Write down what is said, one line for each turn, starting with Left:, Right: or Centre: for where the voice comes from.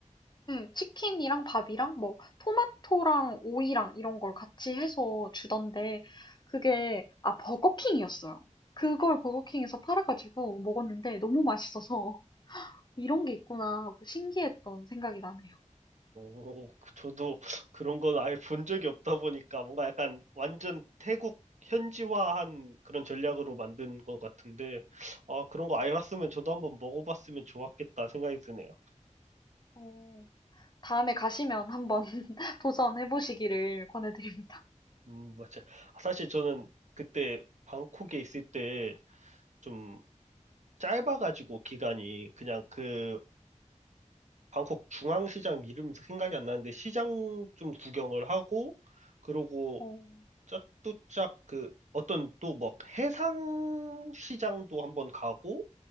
Left: 음. 치킨이랑 밥이랑 뭐 토마토랑 오이랑 이런 걸 같이 해서 주던데 그게 아 버거킹이었어요. 그걸 버거킹에서 팔아가지고 먹었는데 너무 맛있어서 <laughs> 이런 게 있구나 하고 신기했던 생각이 나네요.
Right: 오, 그- 저도 그런 건 아예 본 적이 없다 보니까 뭔가 약간 완전 태국 현지화한 그런 전략으로 만든 것 같은데, 아, 그런 거 알았으면 저도 한번 먹어봤으면 좋았겠다 생각이 드네요.
Left: 어, 다음에 가시면 한번 <laughs> 도전해 보시기를 권해드립니다.
Right: 음, 맞아. 사실 저는 그때 방콕에 있을 때 좀 짧아가지고 기간이 그냥 그 방콕 중앙시장 이름이 생각이 안 나는데 시장 좀 구경을 하고, 그러고
Left: 어.
Right: 짝두짝 그 어떤 또 뭐 해상 시장도 한번 가고